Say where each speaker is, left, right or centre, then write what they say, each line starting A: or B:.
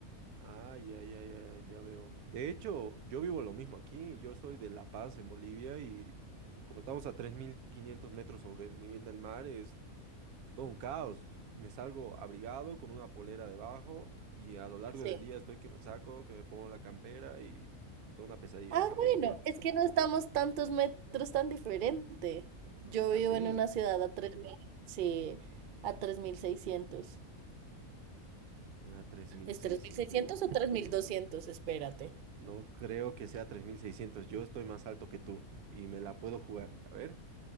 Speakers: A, on the right; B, on the right.
A: Ah, ya, ya, ya, ya veo. De hecho, yo vivo lo mismo aquí. Yo soy de La Paz, en Bolivia, y como estamos a 3.500 metros sobre el nivel del mar, es todo un caos. Me salgo abrigado con una polera debajo y a lo largo
B: Sí.
A: del día estoy que me saco, que me pongo la campera y toda una pesadilla,
B: Ah,
A: así
B: bueno,
A: que entiendo.
B: es que no estamos tantos metros tan diferente. Yo
A: ¿Ah,
B: vivo
A: sí?
B: en una ciudad a tres mil sí, a tres mil seiscientos
A: Ah, tres mil
B: ¿Es
A: seiscientos.
B: tres mil seiscientos o tres mil doscientos Espérate.
A: No creo que sea 3600. Yo estoy más alto que tú y me la puedo jugar. A ver,